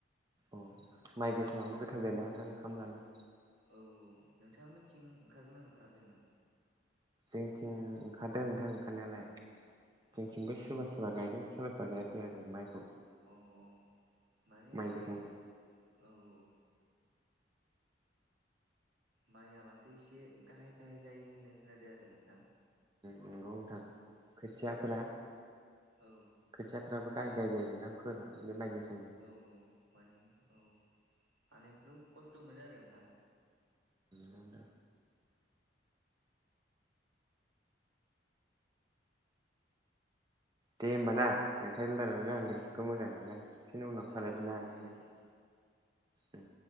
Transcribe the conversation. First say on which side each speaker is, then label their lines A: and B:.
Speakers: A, on the right (about 25°); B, on the right (about 80°).
A: अ माइ गोसेाबबो गोथाव जायो न नोंथां ओंखाम जानो
B: औ औ नोंथांमोनथिं ओंखारगोन ओंखाराखैमोन।
A: जोंथिं ओंखारदों नोंथां ओंखारनायालाय
B: अ
A: जोंथिंबो सोरबा सोरबा गायदों सोरबा सोरबा फ गायाखै आरो माइखौ
B: अ औ माने नोंथां
A: माइ गोसोमखौ
B: औ औ। माइया माथो एसे गाहाय गाहाय जायो होननाय खोनादों आरो नोंथां।
A: नंगौ नथां खोथियाफोरा
B: औ।
A: खोथियाफ्राबो गाय गाय जायो नोंथां फोनानै बे माइ गोस
B: औ औ माने औ हानायफ्राव खस्थ' मोनो आरो नोंथां
A: मादों दे होमब ना नोंथां लार आं गोसोखौ मोजां मोनलाय बिन उनाव
B: औ
A: सालायफिननो
B: औ
A: हासिगोन।
B: दे होमबा नोंथां
A: उम